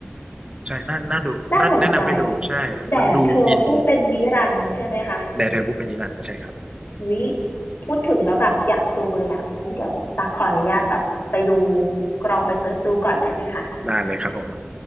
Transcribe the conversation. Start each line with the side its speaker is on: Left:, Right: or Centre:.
Right: ใช่น่าน่าดูน่าแนะนำให้ดูใช่
Left: น่าสนใจแต่เธอพูดเป็นนิรันดร์ใช่ไหมคะ
Right: มันดูอินดีแด่เธอผู้เป็นนิรันดร์ใช่ครับ
Left: วิพูดถึงแล้วแบบอยากดูเลยอ่ะงั้นเดี๋ยวตักขออนุญาตแบบไปดูกลองไปเสิร์ชดูก่อนได้ไหมคะ
Right: ได้เลยครับผม